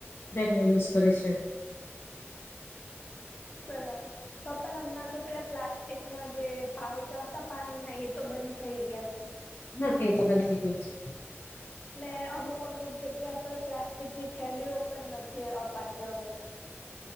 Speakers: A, on the left; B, on the left.
A: બેગને યુઝ કરે છે.
B: બરાબર તો પણ અમનાં તો પેલા પ્લાસ્ ટિક ના જે પાઉચ આવતા પાણી ના એ તો બંધ થઈ ગયા છે.
A: હા એ તો બંધ થઈ ગયો છે.
B: ને અમુક અમુક જગ્યા પર પ્લાસ્ટિક ની થેલીઓ પણ નથી અપાતી હવે તો.